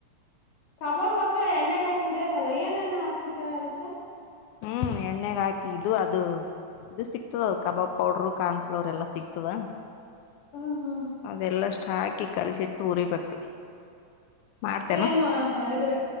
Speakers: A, on the left; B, on the left.
A: ಕಬಾಬ ಅಕ್ಕ ಎಣ್ಣೆಗಾಕಿ ಹುರಿಯೋದಲ್ಲ ಏನೇನ್ ಹಚ್ಚತಿ ಹೇಳದಕ್ಕ
B: ಹ್ಮ್ ಎಣ್ಣೆಗಾಕಿ ಇದು ಅದು ಇದು ಸಿಗ್ತದ ಕಬಾಬ್ ಪೌಡರು ಕಾಣಫ್ಲೋರ ಎಲ್ಲಾ ಸಿಗ್ತದ
A: ಹಾ ಹಾ
B: ಅದೆಲ್ಲಷ್ಟ ಹಾಕಿ ಕಲ್ಸಿಟ್ಟು ಉರಿಬೇಕು ಮಾಡ್ತೇನ
A: ಸೇಮ್ ಹಂಗ ಇದ್ರೆ